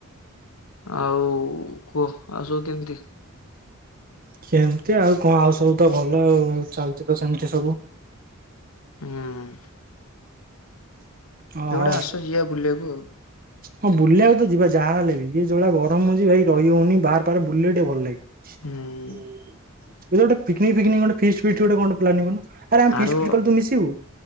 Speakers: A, on the left; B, on the right.
A: ଆଉ କୁହ ଆସ କେମିତି
B: କେମିତି ଆଉ କଣ ଆଉ ସବୁ ତ ଭଲ ଆଉ ଚାଲିଚ ତ ସେମିତି ସବୁ
A: ହୁଁ
B: ଓ
A: କେବେ ଗୋଟେ
B: ହଉ
A: ଆସ ଯିବା ବୁଲିବାକୁ ଆଉ
B: ହଁ ବୁଲିବାକୁ ତ ଯିବା ଯାହା ହେେଲେ ବି ଯ ଯଉଳିା ଗରମ ହଉଛି ଭାଇ ରହି ହଉନି ବାହାର ପାର ବୁଲେଇ ଟିକେ ଭଲ ଲାଗିବ
A: ହୁଁ
B: ଗୋଟେ ପନିକିକ ଫିକନିକ୍ ଗୋଟେ ଫିଷ୍ଟ ଫିଷ୍ଟ ର ଗୋଟେ ପ୍ଲାନିଙ୍ଗ କରୁନା ଆରେ ଆମ ଫି୍
A: ଆର
B: ଫି୍ କଲେ ତୁ ମିଶିବୁ